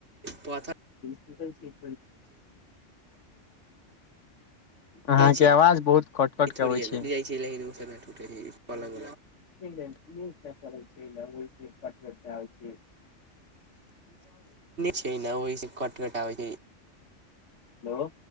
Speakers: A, on the right; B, on the left.
A: पथा
B: बझै छी।
A: टूटै
B: अहाँके
A: छै
B: आवाज बहुत कटकट के
A: थोड़िये
B: अबै छै।
A: ने जाइ लेकिन उ सब ने टूटै छै पलंग
B: छै पर छै।
A: छै ओहि कटकटै छै।
B: ह